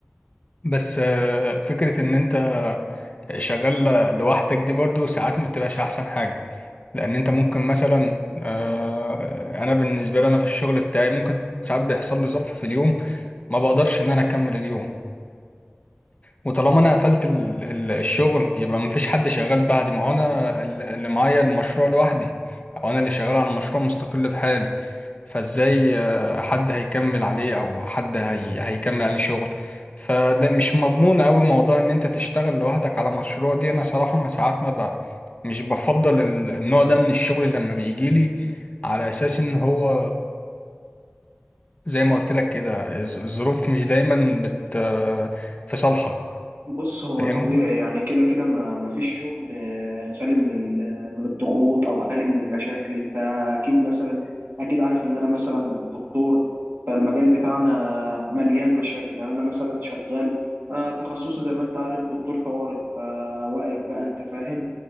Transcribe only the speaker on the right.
بص هو
طبيعي يعني كده كده ما ما فيش شغل آه، خالي من ال- آه، من الضغوط او خالي من المشاكل انت اكيد مثلا اكيد عارف ان انا مثلا دكتور فالمجال بتاعنا مليان مشاكل يعني انا مثلا شغال انا تخصصي زي ما انت عارف دكتور طوارئ فواقف بقى انت فاهم